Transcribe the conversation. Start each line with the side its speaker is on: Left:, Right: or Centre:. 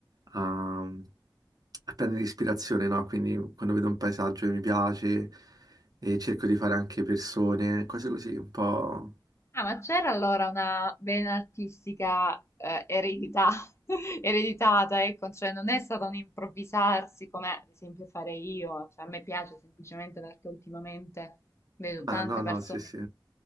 Right: a, a prendere ispirazione, no? Quindi quando vedo un paesaggio che mi piace e cerco di fare anche persone, cose così, un po'...
Left: Ah, ma c'era allora una vena artistica eh, eredità, <laughs> ereditata, ecco, cioè non è stato un improvvisarsi come ad esempio fare io, cioè, a me piace semplicemente perché ultimamente vedo
Right: Ah,
Left: tante
Right: no, no,
Left: persone
Right: sì, sì.